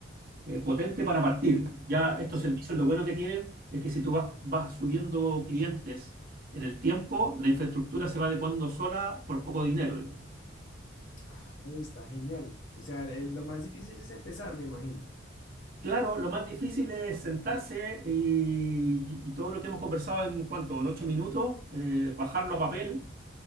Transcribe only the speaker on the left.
Sí.
Ah, está genial. O sea, el- lo más difícil es empezar, me imagino.